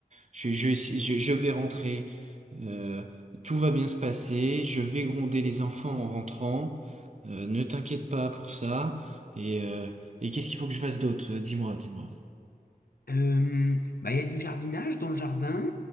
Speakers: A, on the right; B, on the left.
A: je, je, je, je vais rentrer. Euh, tout va bien se passer. Je vais gronder les enfants en rentrant. Euh, ne t'inquiète pas pour ça. Et, euh, et qu'est-ce qu'il faut que je fasse d'autre? Euh, Dis-moi, dis-moi.
B: Euh, bah, il y a du jardinage dans le jardin.